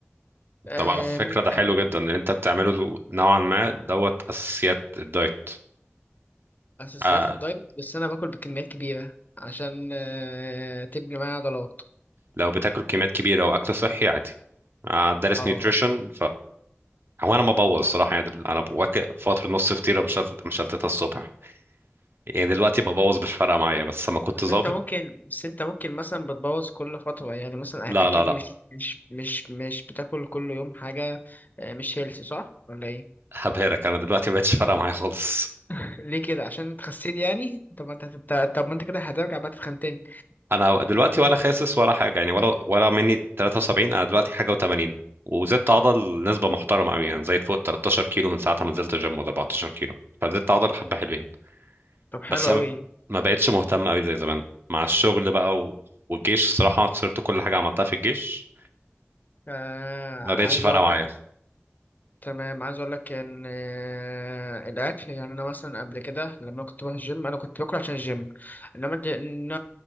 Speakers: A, on the left; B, on the right.
A: آه،
B: طب على فكرة
A: ممكن
B: ده حلو جدا ان انت بتعمله له نوعا ما دوت اساسيات الدايت
A: اساسيات
B: آه
A: الدايت بس انا باكل بكميات كبيره عشان آه، تبني معايا عضلات
B: لو بتاكل كميات كبيرة واكل صحي عادي آه دارس
A: اه
B: نيوتريشن هو انا ما ببوظ الصراحه يعني دل... انا بواكب فتره نص فطيره مشل... مشلتتها الصبح يعني دلوقتي ببوظ مش فارقه معايا بس لما كنت
A: بس
B: ظابط
A: انت ممكن بس انت ممكن مثلا بتبوظ كل فترة يعني مثلا
B: لا
A: أ- اكيد
B: لا لا
A: مش مش مش مش بتاكل كل يوم حاجة آه، مش هيلثي صح ولا ايه
B: هبهرك انا دلوقتي ما بقتش فارقه معايا خالص
A: <laughs> ليه كده عشان انت خسيت يعني طب ما انت هتت- طب ما انت كده هترجع بقى تتخن تاني
B: انا دلوقتي ولا خاسس ولا حاجه يعني ولا ولا مني 73 انا دلوقتي حاجه و80 وزدت عضل نسبه محترمه قوي يعني زايد فوق 13 كيلو من ساعه ما نزلت الجيم ولا 14 كيلو فزدت عضل حبه حلوين
A: طب حلو
B: بس
A: قوي
B: أنا ما بقتش مهتم قوي زي زمان مع الشغل بقى و... والجيش الصراحه خسرت كل حاجه عملتها في الجيش
A: آه
B: فما
A: عايز
B: بقتش فارقه
A: اقول
B: معايا
A: تمام عايز اقول لك ان آه، الاكل يعني انا مثلا قبل كده لما كنت بروح الجيم انا كنت باكل عشان الجيم انما دل...